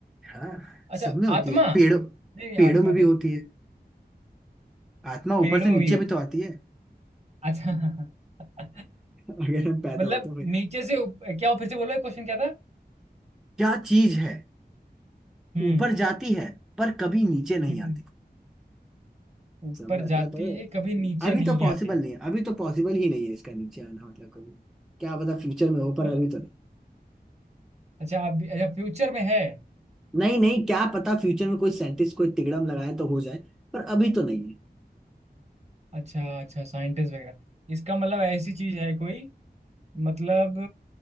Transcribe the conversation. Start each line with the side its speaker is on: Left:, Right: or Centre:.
Centre: हाँ
Right: अच्छा
Centre: सब में होती
Right: आत्मा
Centre: है
Right: नहीं
Centre: पेड़ों
Right: नहीं,
Centre: पेड़ों
Right: आत्मा
Centre: में
Right: नहीं
Centre: भी होती है आत्मा
Right: पेड़ों
Centre: ऊपर से नीचे
Right: में भी होती
Centre: भी तो आती है <laughs>
Right: अच्छा <laughs>
Centre: अगर हम पैदा
Right: मतलब
Centre: हो तो फिर
Right: नीचे से ऊप- क्या हो फिर से बोलो क्वेश्चन क्या था
Centre: क्या चीज है
Right: हम्म
Centre: ऊपर जाती है पर कभी नीचे नहीं
Right: हम्म
Centre: आती
Right: ऊपर
Centre: समझता
Right: जाती
Centre: तो
Right: है कभी नीचे
Centre: अभी
Right: नहीं
Centre: तो पॉसिबल
Right: आती
Centre: नहीं है अभी तो पॉसिबल ही नहीं है इसका नीचे आना मतलब कभी क्या पता फ्यूचर में हो पर
Right: मतलब
Centre: अभी तो नहीं
Right: अच्छा आप भी अच्छा फ्यूचर में है
Centre: नहीं नहीं क्या पता फ्यूचर में कोई साइंटिस्ट कोई तिगड़म लगाए तो हो जाए पर अभी तो नहीं है
Right: अच्छा अच्छा साइंटिस्ट वगैरह इसका मतलब ऐसी चीज है कोई मतलब